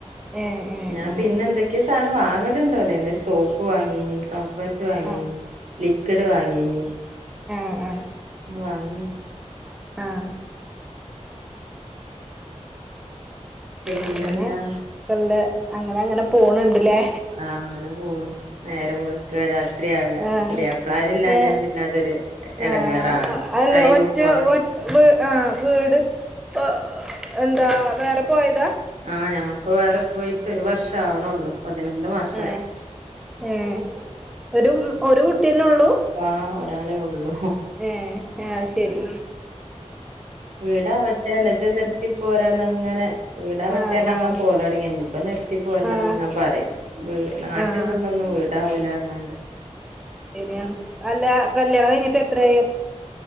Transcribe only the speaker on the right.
ഞാൻ
പിന്നെ എന്തൊക്കെയ സാധനം വാങ്ങലുണ്ടോല്ലേ സോപ്പ് വാങ്ങീ നീക്കാം പ്പർട്ട് വാങ്ങീന്
ലിക്വിഡ് വാങ്ങീന്
വാങ്ങന
പിന്നെന്താ
ആ അങ്ങനെ പോണു നേരം വെളുക്ക രാത്രിയാക
പുതിയാപ്ലാരില്ലാഞ്ഞാ
പിന്നെ അതൊരു എടങ്ങേറാണ്
ടൈമ്
പോവാൻ
ആഹ് ഞങ്ങിപ്പോ വേറെ പോയിട്ട് ഒരു വർഷം ട്ടാ ആവണള്ളൂ പതിനൊന്ന്‌ മാസായി
ആ ഒരാളെ ഒള്ളൂ
വീടാവട്ടെ ന്നിട്ട് നിർത്തി പോരാ ണങ്ങനെ വീടാ വെട്ടേണങനെ
പോലടങ്ങി ഇനി നിർത്തി പോരണംന്ന്ങ്ങനെ
പറയും വീ നാട്ടിൽ
നിന്നൊന്നും വീട് ഉണ്ടാവൂലറഞ്ഞാണ്ട്